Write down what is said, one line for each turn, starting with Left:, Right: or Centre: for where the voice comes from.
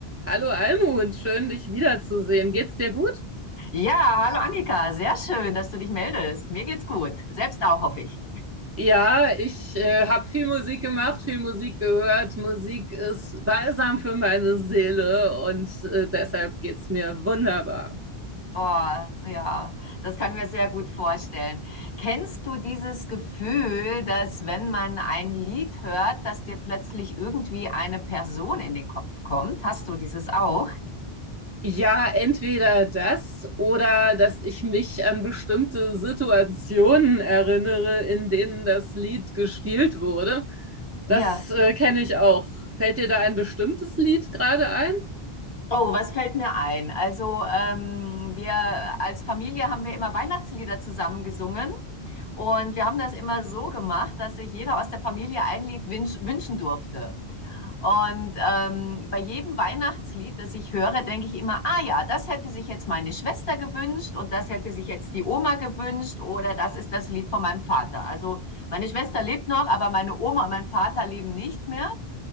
Right: Hallo Almut, schön dich wiederzusehen. Geht's dir gut?
Left: Ja, hallo Annika, sehr schön, dass du dich meldest. Mir geht's gut, selbst auch, hoffe ich.
Right: Ja, ich äh, habe viel Musik gemacht, viel Musik gehört. Musik ist balsam für meine Seele und äh, deshalb geht's mir wunderbar.
Left: Oh, ja, das kann mir sehr gut vorstellen. Kennst du dieses Gefühl, dass wenn man ein Lied hört, dass dir plötzlich irgendwie eine Person in den Kopf kommt? Hast du dieses auch?
Right: Ja, entweder das oder dass ich mich an bestimmte Situationen erinnere, in denen das Lied gespielt wurde.
Left: Ja.
Right: Das äh, kenne ich auch. Fällt dir da ein bestimmtes Lied gerade ein?
Left: Oh, was fällt mir ein? Also, ähm, wir als Familie haben wir immer Weihnachtslieder zusammen gesungen und wir haben das immer so gemacht, dass sich jeder aus der Familie ein Lied wünsch wünschen durfte. Und ähm, bei jedem Weihnachtslied, das ich höre, denke ich immer, ah ja, das hätte sich jetzt meine Schwester gewünscht und das hätte sich jetzt die Oma gewünscht oder das ist das Lied von meinem Vater. Also meine Schwester lebt noch, aber meine Oma und mein Vater leben nicht mehr.